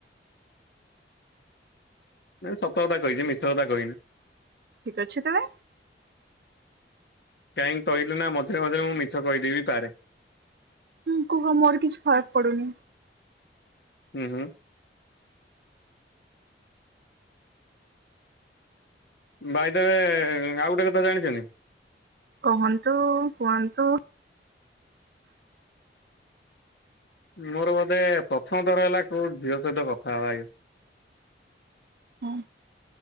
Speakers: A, on the left; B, on the right.
A: ନାଇଁ ସତ କଥା କହିଚି ମିଛ କଥା କହିନି।
B: ଠିକ ଅଛି ତେବେ।
A: କାହିଁକି କହିଲି ନା ମଝିରେ ମଝିରେ ମୁଁ ମିଛ କହିଦେଇବି ପାରେ।
B: ହୁଁ କୁହ ମୋର କିଛି ଫରକ୍ ପଡୁନି।
A: ଉଁ ହୁଁ। ବାଇଦୱେ ଆଉ ଗୋଟେ କଥା ଜାଣିଚନ୍ତି?
B: କୁହନ୍ତୁ କୁହନ୍ତୁ।
A: ମୋର ବୋଧେ ପ୍ରଥମ ଥର ହେଲା କୋଉ‌ ଝିଅ ସହିତ କଥା ହବା ଇଏ।
B: ହୁଁ